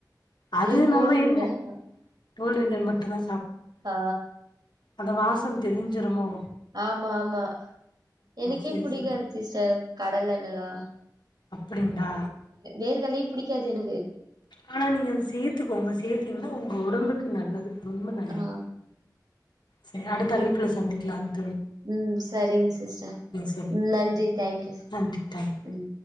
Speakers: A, on the left; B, on the right.
A: அது
B: ஏ கோல்டு
A: நம்ம
B: வின்னர்
A: என்ன
B: தா
A: கோல்வினர் மட்டும்தா
B: ஆ
A: அந்த வாசம் தெரிஞ்சுருமோ
B: ஆமா ஆமா எனக்கே
A: செரி
B: புடிக்காது
A: செரி
B: சிஸ்டர் கடல்லெண்ணலா
A: அப்படிங்களா
B: <unintelligible> எனக்கு
A: ஆனா நீங்க அத சேத்துக்கோங்க சேத்தீங்கன்னா ஒங்- ஒடம்புக்கு நல்லது ரொம்ப நல்லது
B: ஆ
A: சரி அடுத்த அழப்புள்ள சந்திக்கலா
B: உம் சரிங்க சிஸ்டர்ம்
A: செரிங்க
B: நன்றி தேங்க்யூ
A: நன்றி தேங்க்யூ
B: ம்